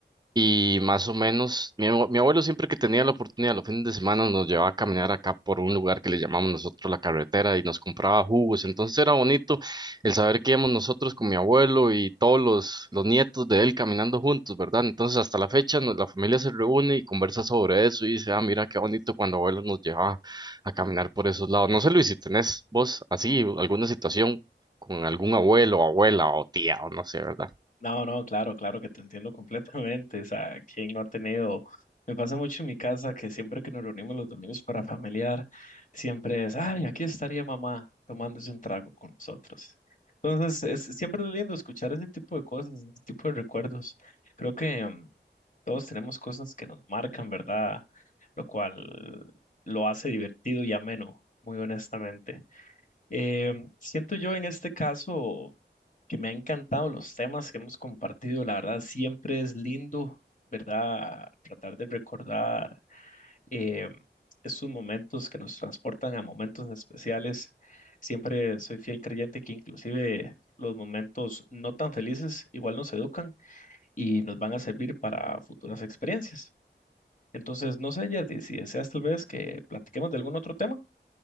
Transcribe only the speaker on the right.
Y más o menos, mi, abue- mi abuelo siempre que tenía la oportunidad los fines de semana nos llevaba a caminar acá por un lugar que le llamamos nosotros la carretera y nos compraba jugos. Entonces era bonito el saber que íbamos nosotros con mi abuelo y todos los, los nietos de él caminando juntos, ¿verdad? Entonces hasta la fecha nos- la familia se reúne y conversa sobre eso y dice, ah, mira qué bonito cuando abuelo nos llevaba a caminar por esos lados. No sé, Luis, si tenés vos así alguna situación con algún abuelo, abuela o tía o no sé, ¿verdad?